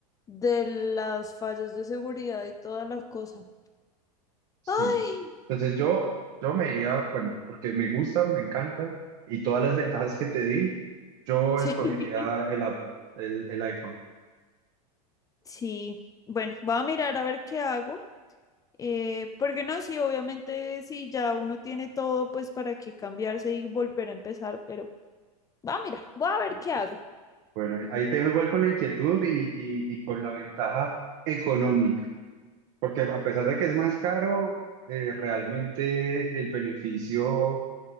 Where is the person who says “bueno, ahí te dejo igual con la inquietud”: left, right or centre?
Right